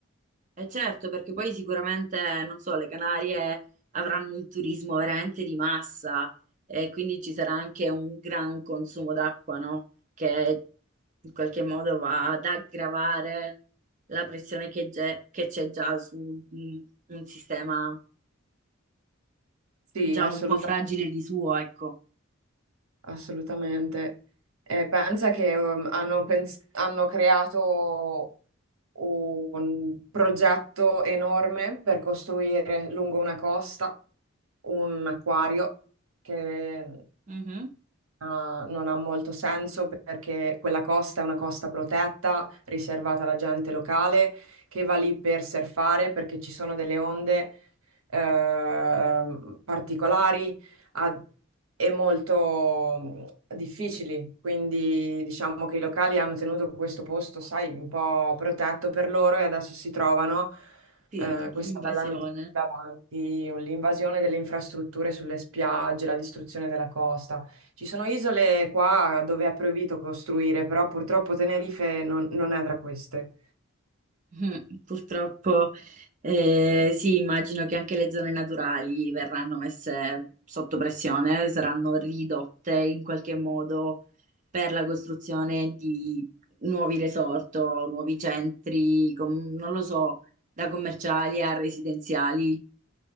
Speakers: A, on the right; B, on the right.
A: Eh certo, perché poi sicuramente, non so, le Canarie avranno un turismo veramente di massa e quindi ci sarà anche un gran consumo d'acqua, no? Che in qualche modo va ad aggravare la pressione che ge- che c'è già su mm, un sistema
B: Sì,
A: già
B: assoluta-
A: un po' fragile di suo, ecco.
B: assolutamente. Eh, pensa che um, hanno, pens- hanno creato un progetto enorme per costruire lungo una costa un acquario che
A: Mhm.
B: ah, non ha molto senso perché quella costa è una costa protetta, riservata alla gente locale che va lì per surfare perché ci sono delle onde ehm, particolari a- e molto mm, difficili. Quindi diciamo che i locali hanno tenuto questo posto, sai, un po' protetto per loro e adesso si trovano
A: Sì,
B: eh, questa
A: invasione.
B: bella notizia davanti, l'invasione delle infrastrutture sulle spiagge, la distruzione della costa. Ci sono isole qua dove è proibito costruire, però purtroppo Tenerife non non è tra queste.
A: <laughs> Mm, Purtroppo, eh, sì, immagino che anche le zone naturali verranno messe sotto pressione, saranno ridotte in qualche modo per la costruzione di nuovi resort o nuovi centri, com- non lo so, da commerciali a residenziali,